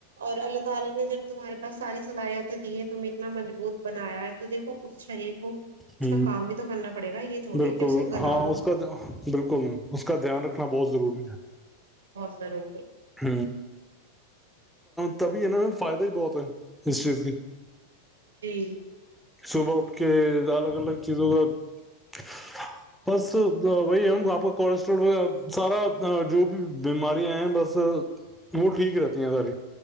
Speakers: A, on the right (about 75°); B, in the centre.
A: اور اللہ سال میں جب تمہارے پاس ساری صلاحتیں دی ہیں تمیں اتنا مضبوط بنایا ہے تو دیکھو اس شریر کو اس
B: ہ
A: کا کام بھی تو کرنا پڑے گا یہ تھوڑی
B: بالکل
A: ہے کہ اسے گلا
B: ہاں
A: دو
B: اس کا بالکل اس کا دھیان رکھنا بہت ضروری ہے
A: ضوری
B: ہ تبھی ان میں فائدہ ہی بہت ہے اس چیز کی
A: جی
B: صبح اٹھ کے الگ الگ چیزوں کا بس وہی ہم آپ کا کولسٹرول وہ سارا جو بھی بیماریاں ہیں بس وہ ٹھیک رہتی ہیں ساری